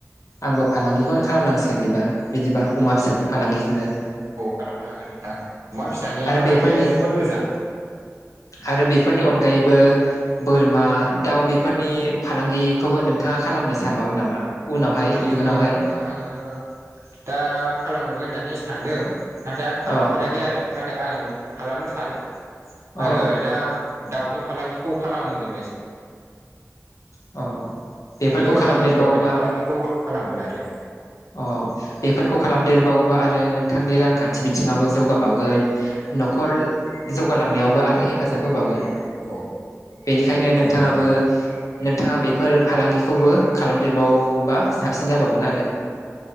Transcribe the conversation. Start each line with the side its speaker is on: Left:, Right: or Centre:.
Left: आंबो फालांगिखौनो खालामनांसिगोन बिबा बिदिबा अमा फिसानि
Right: औ
Left: फालांगिखौनो
Right: औ खालामनो हागोन नोंथां अमा फिसानि
Left: आरो
Right: फालांगिया
Left: बेफोरनि
Right: जोबोद मोजां।
Left: आरो बेफोरनि अनगायैबो बोरमा, दाउ बेफोरनि फालांगिखौबो नोंथाङा खालामनो सानबावो नामा? उनावहाय
Right: आङो
Left: इयुनावहाय
Right: ओ आङो दा खालामनो होननानै सानदों नाथाय आं खालामफेराखै
Left: अ
Right: आरो नाथाय आं खालामनो सानो
Left: अ
Right: आङो दा दाउनि फालांगिखौ खालामगोननो
Left: अ बेफोरखौ
Right: बेनि उनाव
Left: खालामदेरबावोबा
Right: आङो बोरमानि फालांगिखौ खालामगोन आरो
Left: अ बेफोरखौ खालामदेरबावोबा आरो नोंथांनि रांखान्थि बिथिङाबबो जौगाबावगोन न'खर जौगालांनायावबो आरो हेफाजाब होबावगोन
Right: औ
Left: बेनिखायनो
Right: औ
Left: नोंथाङाबो
Right: नोंथां
Left: नोंथाङा बेफोर फालांगिखौबो खालामदेरबावबा साबसिन जाबावगोन आरो